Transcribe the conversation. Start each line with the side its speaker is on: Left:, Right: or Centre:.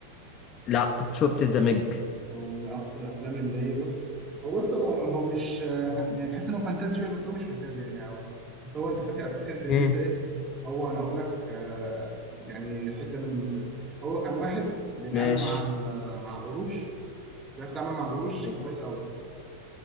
Left: لا شفت الدمج
Right: من اكتر الافلام اللي هي بص هو بص هو هو مش فن- يعني تحس ان هو فانتازي شويه بس هو مش فانتازي يعني او بس هو انت فاكر فكره ان
Left: امم
Right: انت ايه هو انا اقول لك آه، يعني حته منه كده هو كان واحد بيتعامل
Left: ماشي
Right: مع ال- مع القروش بيعرف يتعامل مع القروش
Left: جميل.
Right: كويس قوي